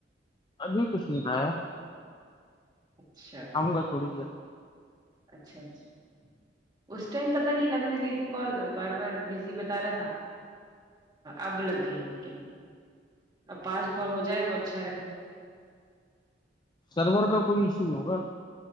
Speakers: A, on the left; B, on the right.
A: ابھی کچھ نہیں کھایا
B: اچھا
A: آؤ گا تھوڑی دیر
B: اچھا اچھا اس ٹائم پت نہیں لگنے رہی تھی کال بار بار بزی بتا رہا تھا اب لگ گئی لیکن اب پانچ کال ہو جائےیں تو اچھا رہے
A: سرور کا کوئی ایشو ہوگا